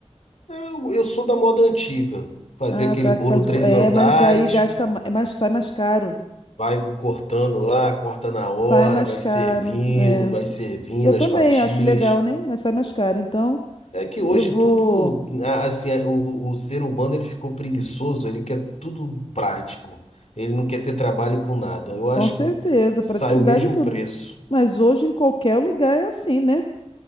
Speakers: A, on the left; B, on the left.
A: Eu, eu sou da moda antiga. Fazer
B: Ah,
A: aquele
B: tá,
A: bolo
B: que faz
A: três
B: o... bo- É,
A: andares,
B: mas aí gasta, ma- é mais, sai mais caro.
A: vai cortando lá, corta na hora,
B: Sai mais
A: vai
B: caro.
A: servindo,
B: é.
A: vai servindo
B: Eu também
A: as fatias.
B: acho legal, né? Mas sai mais caro. Então,
A: É que hoje
B: eu vou,
A: tudo, a- assim, a- o, o ser humano ele ficou preguiçoso, ele quer tudo prático. Ele não quer ter trabalho com nada. Eu
B: com
A: acho
B: certeza,
A: que sai
B: praticidade
A: o mesmo
B: e tudo.
A: preço.
B: Mas hoje em qualquer lugar é assim, né?